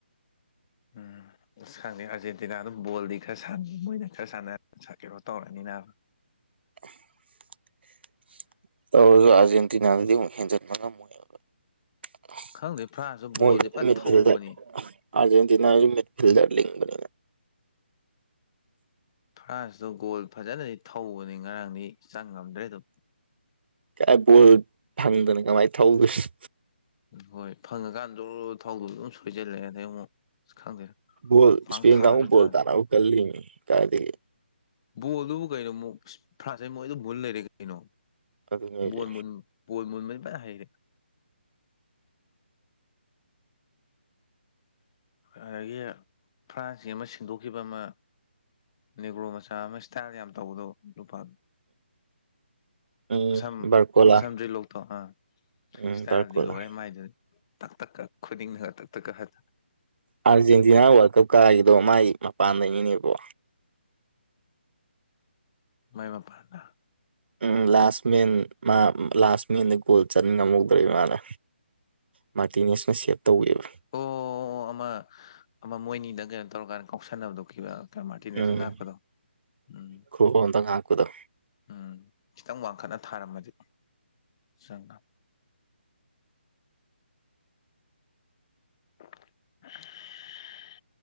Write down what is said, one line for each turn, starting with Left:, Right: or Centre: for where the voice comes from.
Left: ꯎꯝ ꯑꯁ ꯈꯪꯗꯦ ꯑꯥꯔꯖꯦꯟꯇꯤꯅꯥꯗꯣ ꯕꯣꯜꯗꯤ ꯈꯔ ꯁꯥꯟꯅꯩ ꯃꯣꯏꯅ ꯈꯔ ꯁꯥꯟꯅ ꯀ ꯩꯅꯣ ꯇꯧꯔꯅꯤ ꯅꯥꯕꯥ
Right: <unintelligible> ꯇꯧꯔꯁꯨ ꯑꯥꯔꯖꯦꯟꯇꯤꯅꯥꯗꯗꯤ ꯑꯃꯨꯛ ꯍꯦꯟꯖꯤꯟꯕ ꯉꯝꯃꯣꯏꯕ <unintelligible>
Left: ꯈꯪꯗꯦ ꯐ꯭ꯔꯥꯟꯁꯁꯨ
Right: ꯃꯣꯏꯁꯨ
Left: ꯕꯣꯜꯗꯤ ꯐꯟ
Right: ꯃꯤꯠꯐꯤꯜꯗꯔ
Left: ꯊꯧꯕꯅꯤ
Right: <unintelligible> ꯑꯔꯖꯦꯟꯇꯤꯅꯥꯁꯨ ꯃꯤꯇ ꯐꯤꯜꯗꯔ ꯂꯤꯡꯕꯅꯤ
Left: ꯐ꯭ꯔꯥꯟꯁꯇꯨ ꯒꯣꯜ ꯐꯖꯅꯗꯤ ꯊꯧꯕꯅꯤ ꯉꯔꯥꯡꯗꯤ ꯆꯪ ꯉꯝꯗ꯭ꯔꯦ ꯑꯗꯨꯝ
Right: ꯀꯥꯏ ꯕꯣꯜ ꯐꯪꯗꯅ ꯀꯃꯥꯏꯅ ꯊꯧꯗꯣꯏꯅꯣ
Left: ꯍꯣꯏ ꯐꯪꯉꯀꯥꯟꯗ ꯖꯣꯔ꯭ꯔ ꯊꯧꯗꯧꯗꯨ ꯑꯗꯨꯝ ꯁꯣꯏꯖꯤꯜꯂꯛꯑꯦ ꯑꯗꯩ ꯑꯃꯨꯛ ꯑꯁ ꯈꯪꯗꯦ
Right: ꯕꯣꯜ
Left: ꯄꯥꯡ
Right: ꯏꯁꯄꯦꯟ
Left: ꯊꯥꯁꯨ
Right: ꯀꯥꯡꯕꯨ ꯕꯣꯜ
Left: ꯊꯥꯗꯦ
Right: ꯇꯥꯟꯅꯕ ꯀꯟꯂꯤꯅꯦ ꯀꯥꯏꯗꯒꯤ
Left: ꯕꯣꯜꯗꯨꯕꯨ ꯀꯩꯅꯣ ꯃꯨꯛ ꯐ꯭ꯔꯥꯟꯁꯇꯩ ꯃꯣꯏꯅ ꯑꯗꯨꯝ ꯃꯨꯜ ꯂꯩꯔꯦ ꯀꯩꯅꯣ
Right: ꯑꯗꯨꯅꯦ ꯍꯥꯏꯁꯦ
Left: ꯕꯣꯜ ꯃꯨꯟ ꯕꯣꯜ ꯃꯨꯟꯕꯗꯤ ꯐꯖꯅ ꯍꯩꯔꯦ ꯑꯗꯒꯤ ꯐ꯭ꯔꯥꯟꯁꯀꯤ ꯑꯃ ꯁꯤꯟꯗꯣꯛꯈꯤꯕ ꯑꯃ ꯅꯦꯒ꯭ꯔꯣ ꯃꯆꯥ ꯑꯃ ꯏꯁꯇꯥꯏꯜ ꯌꯥꯝ ꯇꯧꯕꯗꯣ ꯅꯨꯄꯥ
Right: ꯎꯝ
Left: ꯁꯝ
Right: ꯕꯥꯔꯀꯣꯂꯥ
Left: ꯁꯝꯗ꯭ꯔꯤꯂꯣꯛꯇꯣ ꯑ
Right: ꯎꯝ
Left: ꯏꯁꯇꯥꯏꯜꯗꯤ
Right: ꯕꯥꯔꯀꯣꯂꯥ
Left: ꯂꯣꯏꯔꯦ ꯃꯥꯏꯗꯨ ꯇꯛ ꯇꯛꯀꯥ ꯈꯨꯅꯤꯡꯅ ꯇꯛ ꯇꯛ ꯀꯥ ꯍꯜ
Right: ꯑꯥꯔꯖꯦꯟꯇꯤꯅꯥ ꯋꯥꯔꯜ ꯀꯞ ꯀꯥꯒꯤꯗꯣ ꯃꯥꯥꯏ ꯃꯄꯥꯟꯗꯩꯅꯤꯅꯦꯕꯣ
Left: ꯃꯥꯏ ꯃꯄꯥꯟꯗ
Right: ꯎꯝ ꯂꯥꯁ ꯃꯦꯟ ꯃꯥ ꯂꯥꯁ ꯃꯦꯟꯗ ꯒꯣꯜ ꯆꯟ ꯉꯝꯍꯧꯗ꯭ꯔꯤ ꯃꯥꯅꯥ ꯃꯥꯔꯇꯤꯅꯦꯁꯅ ꯁꯦꯞ ꯇꯧꯋꯦꯕ
Left: ꯑꯣ ꯑꯣ ꯑꯃ ꯑꯃ ꯃꯣꯏꯅꯤꯗꯪ ꯀꯩꯅꯣ ꯇꯧꯔꯀꯥꯟꯗ ꯀꯥꯎꯁꯟꯅꯕꯗꯣ ꯀꯩꯕ ꯃꯥꯇꯤꯟꯅꯦꯁꯅꯥ
Right: ꯎꯝ
Left: ꯉꯥꯛꯄꯗꯣ ꯎꯝ
Right: ꯈꯨꯔꯣꯟꯗ ꯉꯥꯛꯄꯗꯣ
Left: ꯎꯝ ꯈꯤꯇꯪ ꯋꯥꯡꯈꯠꯅ ꯊꯥꯔꯝꯃꯗꯤ ꯆꯪꯉꯝꯅꯤ <unintelligible>